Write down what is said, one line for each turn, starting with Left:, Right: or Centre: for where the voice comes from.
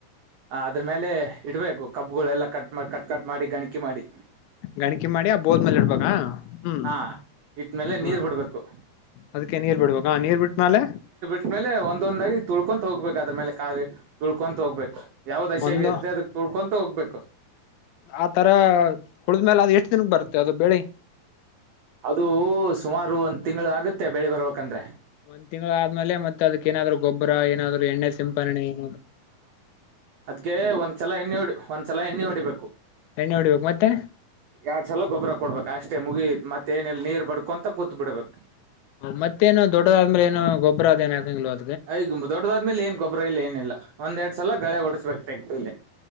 Right: ಅದ್ರ ಮೇಲೆ ಇಡ್ಬೇಕು ಕಬ್ಗಳೆಲ್ಲ ಕ ಕಟ್ ಕಟ್ ಮಾಡಿ ಗಣಿಕಿ ಮಾಡಿ.
Left: ಗಣಕಿ ಮಾಡಿ ಆ ಬೊದ್ಮೇಲ ಇಡ್ಬೇಕ ಹ್ಮ್
Right: ಹಾ ಇಟ್ಟ್ಮೇಲೆ
Left: ಹ್ಮ್.
Right: ನೀರ್ ಬಿಡ್ಬೇಕು
Left: ಅದಕ್ಕೆ ನೀರ್ ಬಿಡ್ಬೇಕಾ ನೀರ್ ಬಿಟ್ಟ್ಮೇಲ
Right: ಆಮೇಲೆ ಒಂದೊಂದಾಗಿ ತುಳ್ಕೊಂತ ಹೋಗ್ಬೇಕ ಅದ್ರ ಮೇಲೆ ಕಾಲ ತುಳ್ಕೊಂತ ಹೋಗ್ಬೇಕು ಯ್ಯಾವ್ದಸಿಯಾಗಿರ
Left: ಒಂದು
Right: ಅದ ತುಳಕೊಂತ ಹೋಗ್ಬೇಕ.
Left: ಆ ತರ ತುಳಿದ್ಮಲ ಅದು ಎಷ್ಟ ದಿನಕ್ ಬರುತ್ತ ಅದು ಬೆಳಿ.
Right: ಅದು ಸುಮಾರು ಒಂದ ತಿಂಗಳ ಆಗತ್ತೆ ಬೆಳಿ ಬರ್ಬೇಕಂದ್ರೆ
Left: ಒಂದ ತಿಂಗ್ಗಳ ಆದ್ಮೇಲೆ ಮತ್ತೆ ಅದಕ್ಕೇನಾದ್ರು ಗೊಬ್ಬರ ಏನಾದ್ರು ಎಣ್ಣೆ ಸಿಂಪಣೆ ಏ
Right: ಅದ್ಕೆ ಒಂದ್ಸಲ ಎಣ್ಣೆ ಹೊಡಿ ಒಂದ್ಸಲ ಎಣ್ಣೆ ಹೊಡಿಬೇಕು.
Left: ಎಣ್ಣೆ ಹೊಡ್ಬೇಕ ಮತ್ತೆ
Right: ಯಾಡ ಸಲ ಗೊಬ್ಬರ ಕೊಡ್ಬೇಕ ಅಷ್ಟೇ ಮುಗಿತ್ ಮತ್ತೆನಿಲ್ಲ ನೀರ್ ಬಡ್ಕೊಂತ ಕೂತ್ತ ಬಿಡ್ಬೇಕ.
Left: ಮತ್ತೇನು ದೊಡ್ಡದಾದ ಮೇಲೆ ಏನು ಗೊಬ್ಬರ ಅದೇನು ಏನು ಆಕಂಗಿಲ್ವಾ.
Right: ಐದ ದೊಡ್ಡದಾದ್ಮೇಲೆ ಏನ್ ಗೊಬ್ಬರ ಇಲ್ಲ ಏನಿಲ್ಲ ಒಂದೆರಡ ಸಲ ಗಳೆ ಹೊಡಿಸ್ಬೇಕ ಟ್ರ್ಯಾಕ್ಟರ್ಲೆ